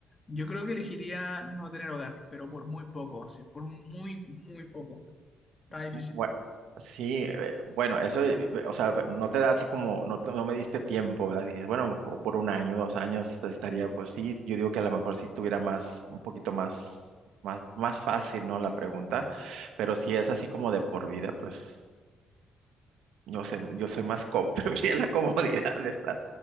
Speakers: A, on the left; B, on the right.
A: Yo creo que elegiría no tener hogar, pero por muy poco, sí, por muy, muy poco. Está difícil.
B: Bueno, sí, eh, bueno, eso, eh, o sea, no te da así como, no, te- no me diste tiempo, ¿verdad? Dijiste, bueno, o por un año, dos años estaría, pues sí, yo digo que a lo mejor sí estuviera más, un poquito más, más, más fácil, ¿no? La pregunta, pero si es así como de por vida, pues no sé, yo soy más cómodo, <laughs> preferiría la comodidad de estar,